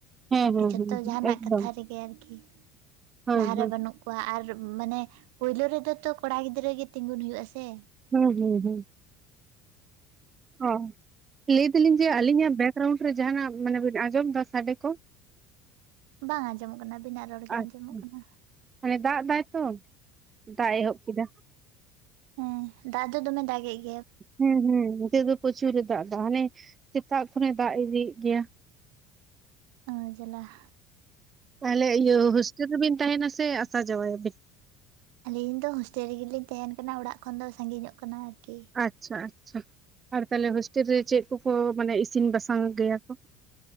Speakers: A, on the right; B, on the right.
A: ᱦᱮᱸ
B: ᱟᱨᱠᱤ
A: ᱦᱮᱸ
B: ᱡᱷᱚᱛᱚ
A: ᱦᱮᱸ
B: ᱡᱟᱦᱟᱱᱟᱜ
A: ᱮᱠᱫᱚᱢ
B: ᱠᱟᱛᱷᱟ ᱨᱮᱜᱮ ᱟᱨᱠᱤ ᱾
A: ᱦᱮᱸ
B: ᱞᱟᱦᱟᱨᱮ
A: ᱦᱮᱸ
B: ᱵᱟᱹᱱᱩᱜ ᱠᱚᱣᱟ ᱟᱨ ᱢᱟᱱᱮ ᱯᱳᱭᱞᱳ ᱨᱮᱫᱚ ᱛᱚ ᱠᱚᱲᱟ ᱜᱤᱫᱽᱨᱟᱹ ᱜᱮ ᱛᱤᱜᱩᱱ ᱦᱩᱭᱩᱜ ᱟ ᱥᱮ ᱾
A: ᱦᱩᱸ, ᱦᱩᱸ, ᱦᱩᱸ ᱾ ᱚ ᱞᱟᱹᱭ ᱫᱟᱹᱞᱤᱧ ᱡᱮ ᱟᱹᱞᱤᱧᱟᱜ ᱵᱮᱠᱜᱨᱟᱣᱩᱱᱰ ᱨᱮ ᱡᱟᱦᱟᱱᱟᱜ ᱢᱟᱱᱮ ᱵᱤᱱ ᱟᱸᱡᱚᱢ ᱫᱟ ᱥᱟᱰᱮ ᱠᱚ?
B: ᱵᱟᱝ ᱟᱸᱡᱚᱢᱚᱜ ᱠᱟᱱᱟ ᱟᱵᱤᱱᱟᱜ ᱨᱚᱲ ᱜᱮ
A: ᱟᱪᱪᱷᱟ
B: ᱟᱸᱡᱚᱢᱚᱜ ᱠᱟᱱᱟ
A: ᱾ ᱢᱟᱱᱮ ᱫᱟᱜ ᱫᱟᱭ ᱛᱚ ᱾ ᱫᱟᱜ ᱮ ᱮᱦᱚᱵ ᱠᱮᱫᱟ ᱾
B: ᱦᱩᱸ, ᱫᱟᱜ ᱫᱚ ᱫᱚᱢᱮ ᱫᱟᱜᱮᱜ ᱾
A: ᱦᱩᱸ, ᱦᱩᱸ, ᱱᱤᱛᱚᱜ ᱫᱚ ᱯᱨᱚᱪᱩᱨᱮ ᱫᱟᱜ ᱮᱫᱟ ᱦᱟᱱᱮ ᱥᱮᱛᱟᱜ ᱠᱷᱚᱱᱮ ᱫᱟᱜ ᱤᱫᱤᱭᱮᱫ ᱜᱮᱭᱟ ᱾
B: ᱚ ᱡᱟᱞᱟ ᱾
A: ᱛᱟᱦᱚᱞᱮ ᱤᱭᱟᱹ ᱦᱳᱥᱴᱮᱞ ᱨᱮᱵᱤᱱ ᱛᱟᱦᱮᱱᱟ ᱥᱮ ᱟᱥᱟ ᱡᱟᱶᱟᱭᱟᱵᱤᱱ?
B: ᱟᱹᱞᱤᱧ ᱫᱚ ᱦᱳᱥᱴᱮᱞ ᱨᱮᱜᱮᱞᱤᱧ ᱛᱟᱦᱮᱱ ᱠᱟᱱᱟ, ᱚᱲᱟᱜ ᱠᱷᱚᱱ ᱫᱚ ᱥᱟᱺᱜᱤᱧᱚᱜ ᱠᱟᱱᱟ ᱟᱨᱠᱤ ᱾
A: ᱟᱪᱪᱷᱟ ᱟᱪᱪᱷᱟ ᱾ ᱟᱨ ᱛᱟᱞᱦᱮ ᱦᱳᱥᱴᱮᱞ ᱨᱮ ᱪᱮᱫ ᱠᱚᱠᱚ ᱢᱟᱱᱮ ᱤᱥᱤᱱ ᱵᱟᱥᱟᱝ ᱜᱮᱭᱟ ᱠᱚ?